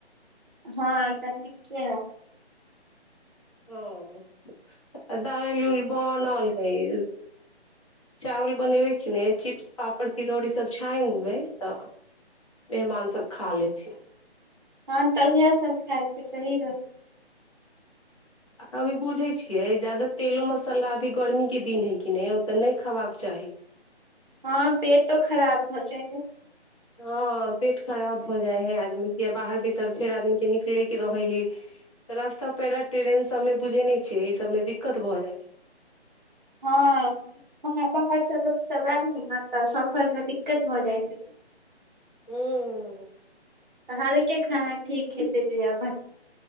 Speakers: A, on the right (about 45°); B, on the left (about 30°).
A: हँ तनिके हे
B: हँ दाइल उल बनल हइ चावल बनेबै कि नहि चिप्स पापड़ तिलौड़ीसभ छाइन लेबइ तऽ मेहमानसभ खा लेथिन।
A: हँ तऽ उएहसभ खाएब तऽ सही रहब।
B: अभी बुझै छियै जादा तेलो मसाला अभी गर्मीके दिन हइ कि नहि ओ तऽ नहि खयबाक चाही।
A: हँ पेटो तो खराब भऽ जाय हइ।
B: हँ पेट खराब भऽ जाइ हइ आदमीके आ बाहर भीतर फेर आदमीके निकलयके रहै हइ रस्ता पेरा ट्रेन सभमे बुझै नहि छिही इ सभमे दिक्कत भऽ जाइ हइ।
A: हँ नैऽ बाहर स लोकसभ आयल हइ न तऽ सफरमे दिक्कत भऽ जाइत हइ।
B: <unintelligible>
A: तऽ हल्के खाना ठीक हेतै दि? <unintelligible>